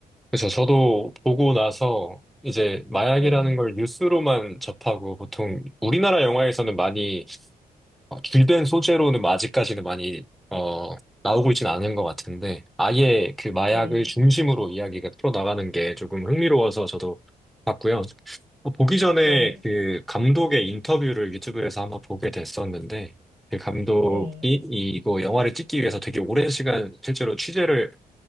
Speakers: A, in the centre; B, on the right.
A: 그렇죠. 저도 보고 나서 이제 마약이라는
B: 네,
A: 걸 뉴스로만 접하고 보통 우리나라 영화에서는 많이 어, 줄된 소재로는 아직까지는 많이 어, 나오고 있지는 않은 것 같은데 아예 그 마약을
B: 네,
A: 중심으로 이야기가 풀어나가는 게 조금 흥미로워서 저도 봤고요. 어, 보기 전에
B: 네,
A: 그 감독의 인터뷰를 유튜브에서 한번 보게 됐었는데 그 감독이
B: 네.
A: 이거 영화를 찍기 위해서 되게 오랜 시간 실제로 취재를